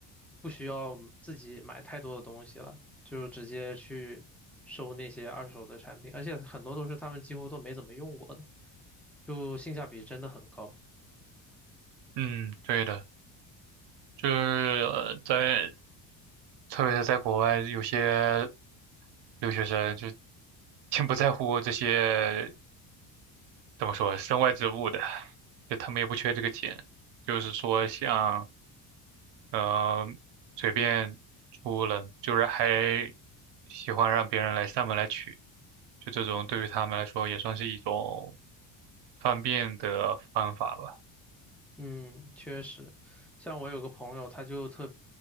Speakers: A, in the centre; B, on the right (about 70°).
A: 不需要自己买太多的东西了。就直接去收那些二手的产品，而且很多都是他们几乎都没怎么用过的，就性价比真的很高。
B: 嗯，对的，就是呃在特别是在国外，有些留学生就挺不在乎这些，怎么说，身外之物的，就他们也不缺这个钱，就是说像呃随便出了，就是还喜欢让别人来上门来取，就这种对于他们来说也算是一种方便的方法吧。
A: 嗯，确实，像我有个朋友，他就特，